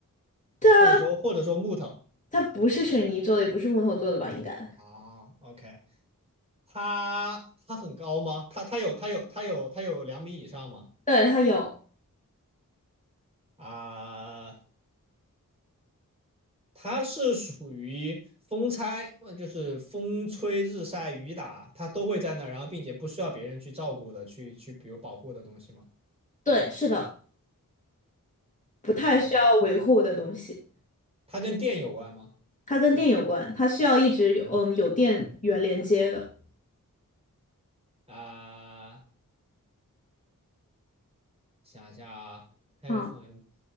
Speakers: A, on the left; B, on the right.
A: 它
B: 或者说或者说木头
A: 它不是水泥做的，也不是木头做的吧？应该，
B: 啊？OK，它它很高吗？它它有它有它有它有两米以上吗？
A: 对，它有，
B: 啊，它是属于风拆，呃就是风吹日晒雨打，它都会在那儿，然后并且不需要别人去照顾的，去去比如保护的东西吗？
A: 对，是的，不太需要维护的东西。
B: 嗯。它跟电有关吗？
A: 它跟电有关，它需要一直有嗯有电源连接的。
B: 啊、想一下啊，还有很，
A: 啊，